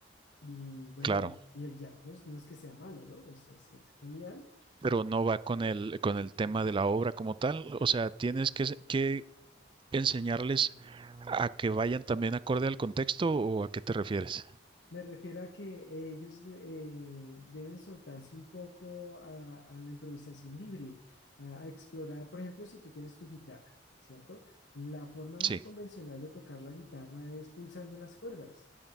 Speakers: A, on the left; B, on the right.
A: Y bueno,
B: Claro.
A: y el jazz no es, no es que sea malo, ¿no? es es- es genial
B: Pero no va con el, con el tema de la obra como tal. O sea, tienes que, se- que enseñarles a que vayan también acorde al contexto o a qué te refieres.
A: Me refiero a que ellos eh, deben soltarse un poco a, a la improvisación libre, a, a explorar, por ejemplo, si tú tienes tu guitarra, ¿cierto? La forma
B: Sí,
A: más convencional de tocar la guitarra es pulsando las cuerdas